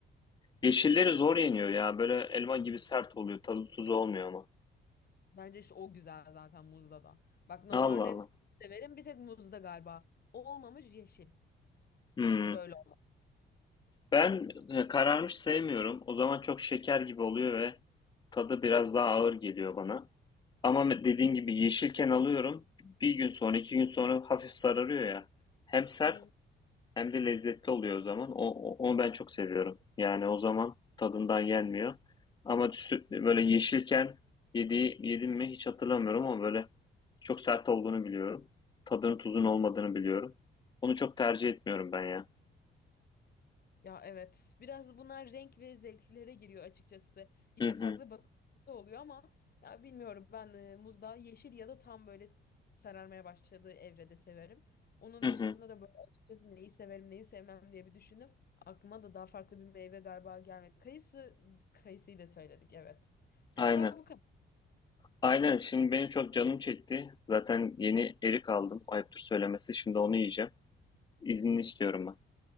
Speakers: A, on the left (about 20°); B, on the left (about 50°).
A: Yeşilleri zor yeniyor ya. Böyle elma gibi sert oluyor. Tadı tuzu olmuyor ama.
B: Bence işte o güzel zaten muzda da. Bak normalde
A: Allah Allah.
B: hep severim. Bir tek muzda galiba. O olmamış yeşil. Kesinlikle
A: Hı.
B: öyle
A: Ben e, kararmış sevmiyorum. O zaman çok şeker gibi oluyor ve tadı biraz daha ağır geliyor bana. Ama me- dediğin gibi yeşilken alıyorum. Bir gün sonra, iki gün sonra hafif sararıyor ya. Hem sert
B: olmalı.
A: hem de lezzetli oluyor o zaman. O, o- onu ben çok seviyorum. Yani o zaman tadından yenmiyor. Ama sü- böyle yeşilken yediği, yedim mi hiç hatırlamıyorum ama böyle çok sert olduğunu biliyorum. Tadının tuzun olmadığını biliyorum. Onu çok tercih etmiyorum ben ya.
B: Ya evet. Biraz bunlar renk ve zevklere giriyor açıkçası. İki
A: Hı hı,
B: farklı bakış açısı oluyor ama ya bilmiyorum ben e, muzda yeşil ya da tam böyle sararmaya başladığı evrede severim. Onun
A: hı
B: dışında
A: hı.
B: da böyle açıkçası neyi severim neyi sevmem diye bir düşündüm. Aklıma da daha farklı bir meyve galiba gelmedi. Kayısı, kayısıyı da söyledik evet. Galiba
A: Aynen.
B: bu kadar.
A: Aynen şimdi benim çok canım çekti. Zaten yeni erik aldım. Ayıptır söylemesi. Şimdi onu yiyeceğim. İznini istiyorum ben.